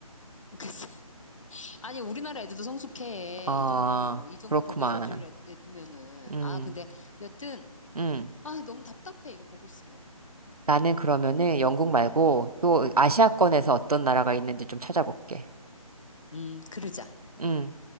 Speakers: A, on the left; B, on the right.
A: <laughs> 그래서 아니, 우리나라 애들도 성숙해.
B: 아,
A: 이 정도면, 이 정도
B: 그렇구만.
A: 범죄 저지를 했- 했으면은.
B: 음,
A: 아, 근데 여튼,
B: 음.
A: 아, 너무 답답해. 이거 보고 있으면.
B: 나는 그러면은 영국 말고
A: 음,
B: 또 아시아권에서
A: 음,
B: 어떤 나라가 있는지 좀 찾아볼게.
A: 음, 그러자.
B: 음.